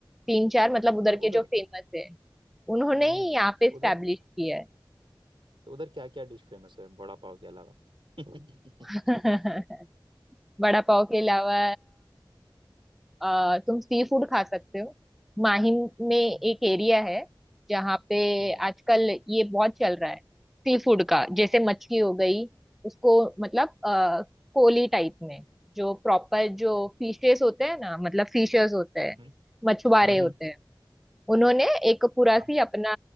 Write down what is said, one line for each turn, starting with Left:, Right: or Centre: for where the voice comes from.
Centre: तीन चार मतलब उधर
Right: तो
Centre: के
Right: उधर
Centre: जो फेमस है उन्होंने
Right: हम्म
Centre: ही यहाँ पे
Right: तो
Centre: स्टैब्लिश
Right: उधर
Centre: किया है
Right: तो उधर क्या क्या डिश फेमस है बड़ा पाव के अलावा <laughs>
Centre: <laughs> वड़ा पाव के अलावा अ, तुम सी फूड खा सकते हो माहिम में
Right: अच्छा
Centre: एक एरिया है जहाँ पे
Right: हम्म
Centre: आजकल ये बहुत चल रहा है सी फूड का जैसे मछली हो गई उसको मतलब अ, कोली टाइप में जो प्रॉपर
Right: ओके
Centre: जो फिशेस होते हैं ना मतलब फिशर्स होते हैं
Right: हम्म हम्म
Centre: मछुआरे
Right: हम्म
Centre: होते हैं उन्होंने एक पूरा
Right: हाँ,
Centre: सी अपना